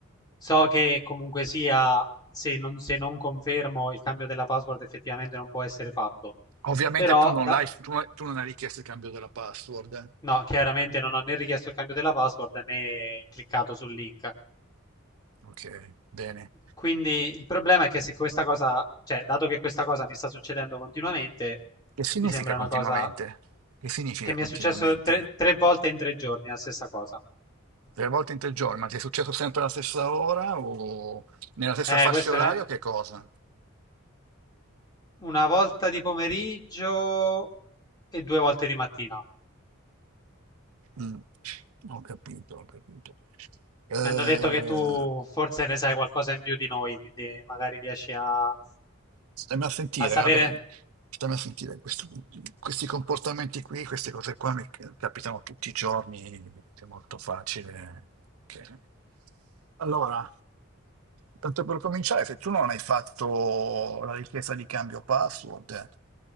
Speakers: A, on the left; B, on the right.
A: So che comunque sia, se non, se non confermo il cambio della password effettivamente non può essere fatto,
B: Ovviamente
A: però
B: tu non
A: da-
B: l'hai, tu, non- tu non hai richiesto il cambio della password.
A: no, chiaramente non ho né richiesto il cambio della password né cliccato sul link.
B: Ok, bene.
A: Quindi il problema è che se questa cosa, cioè, dato che questa cosa mi sta succedendo continuamente,
B: Che significa
A: mi sembra una
B: continuamente?
A: cosa
B: Che significa
A: che mi
B: continuamente?
A: è successo tre, tre volte in tre giorni, la stessa cosa.
B: Tre volte in tre giorni, ma ti è successo sempre alla stessa ora o nella stessa
A: Eh,
B: fascia
A: questo
B: oraria
A: ne...
B: o che cosa?
A: Una volta di pomeriggio e due volte di mattina.
B: Mm, Ho capito, ho capito. Eh,
A: Mi hanno detto che tu forse ne sai qualcosa in più di noi, quindi magari riesci a, a
B: stiamo a sentire,
A: sapere.
B: vabbè, stiamo a sentire questo- questi comportamenti qui, queste cose qua mi capitano tutti i giorni, è molto facile. che- Allora, tanto per cominciare, se tu non hai fatto la richiesta di cambio password,